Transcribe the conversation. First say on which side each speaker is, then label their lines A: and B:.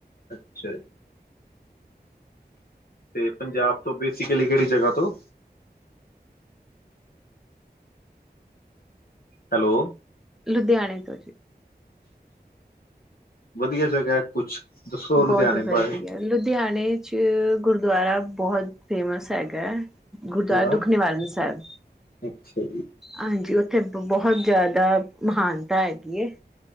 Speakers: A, on the left; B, in the centre.
A: ਅੱਛਾ ਜੀ ਤੇ ਪੰਜਾਬ ਤੋਂ ਬੇਸਿਕਲੀ ਕਿਹੜੀ ਜਗ੍ਹਾ ਤੋਂ ਹੈਲੋ,
B: ਲੁਧਿਆਣੇ ਜੀ,
A: ਵਧੀਆ ਜਗ੍ਹਾ ਹੈ। ਕੁਛ ਦੱਸੋ ਲੁਧਿਆਣੇ
B: ਬਹੁਤ ਵਧੀਆ,
A: ਬਾਰੇ
B: ਲੁਧਿਆਣੇ ਚ ਗੁਰਦੁਆਰਾ ਬਹੁਤ ਫੇਮਸ ਹੈਗਾ। ਗੁਰਦੁਆਰਾ
A: ਕਿਹੜਾ
B: ਦੁੱਖ ਨਿਵਾਰਨ ਸਾਹਿਬ।
A: ਅੱਛਾ ਜੀ
B: ਹਾਂਜੀ। ਉੱਥੇ ਬਹੁਤ ਜ਼ਿਆਦਾ ਮਹਾਨਤਾ ਹੈਗੀ।